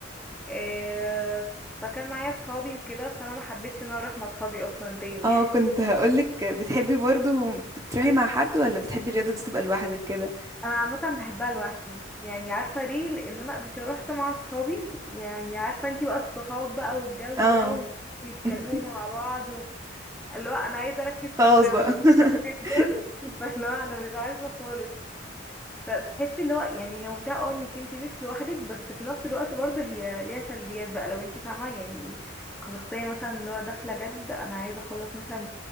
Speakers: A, in the centre; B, on the right (about 15°).
A: آه، فكان معايا صحابي وكده فانا ما حبيتش ان انا اروح مع صحابي اصلا تاني
B: اه
A: <laughs>
B: كنت هقولك بتحبي برضو بتروحي مع حد ولا بتحبي الرياضه دي تبقى لوحدك كده
A: انا عامه بحبها لوحدي يعني عارفه ليه لان انا قبل كده روحت مع اصحابي يعني عارفه انتي بقى الصحاب بقى والجو
B: اه
A: ده وي- ويتكلموا
B: <laughs>
A: مع بعض و... اللي هو انا عايزه اركز في
B: خلاص
A: التمرين
B: بقى <laughs>
A: دول <laughs> فاللي هو انا مش عارفه خالص فبتحسي اللي هو يعني هي ممتعه اه انك انتي مش لوحدك بس في نفس الوقت برضه هي ليها سلبيات بقى لو انتي فاهمه يعني كشخصيه مثلا اللي هو داخله جد انا عايزه اخلص مثلا